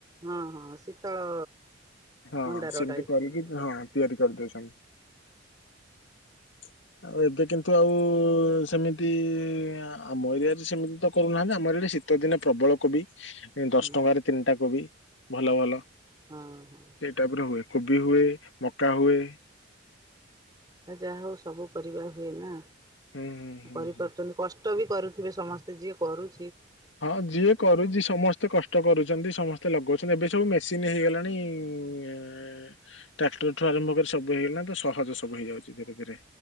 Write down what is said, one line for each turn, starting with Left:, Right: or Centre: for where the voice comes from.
Right: ହଁ ହଁ ଶୀତଳ
Left: ହଁ
Right: ଭଣ୍ଡାର
Left: ସେମିତି
Right: ଟାଇପ୍
Left: କରିକି
Right: ରଖୁଛନ୍ତି।
Left: ହଁ ତିଆରି କରିଦଉଛନ୍ତି। ଆଉ ଏବେ କିନ୍ତୁ ଆଉ ସେମିତି ଆମ ଏରିଆରେ ସେମିତି ତ କରୁନାହାନ୍ତି ଆମର ଏଠି ଶୀତ ଦିନେ ପ୍ରବଳ କୋବି ଦଶ
Right: ହୁଁ
Left: ଟଙ୍କାରେ ତିନିଟା କୋବି। ଭଲ ଭଲ
Right: ହଁ ହଁ
Left: ସେଇ ଟାଇପ ର ହୁଏ କୋବି ହୁଏ ମକା ହୁଏ।
Right: ଆ ଯାହା ହଉ ସବୁ ପରିବା ହୁଏ ନା
Left: ହୁଁ ହୁଁ ହୁଁ
Right: କରିପାରୁଛନ୍ତି
Left: ହୁଁ
Right: କଷ୍ଟ ବି କରୁଥିବେ ସମସ୍ତେ ଯିଏ କରୁ
Left: ହଁ ଯିଏ କରୁଛି ସମସ୍ତେ କଷ୍ଟ କରୁଛନ୍ତି ସମସ୍ତେ ଲଗାଉଛନ୍ତି ଏବେ ସବୁ ମେସିନ୍ ହେଇଗଲାଣି। ଉ ଟ୍ରାକ୍ଟରଠୁ ଆରମ୍ଭ କରି ସବୁ ହେଇଗଲାଣି ତ ସହଜ ସବୁ ହେଇଯାଉଛି। ଆ ଘରେ ଘରେ।